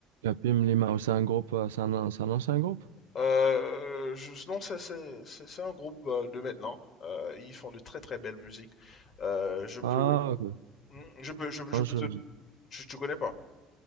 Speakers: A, on the right (about 75°); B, on the left (about 45°).
A: La Pim Lima, oh, c'est un groupe, euh, c'est un, an- c'est un ancien groupe?
B: Euh, je- non, c'est c'est- c'est- c'est un groupe euh, de maintenant. Euh, ils font de très très belles musiques. Euh, je peux,
A: Ah, ok.
B: Hmm, je peux, je, je
A: Non,
B: peux
A: je,
B: te,
A: je-
B: tu, tu connais pas?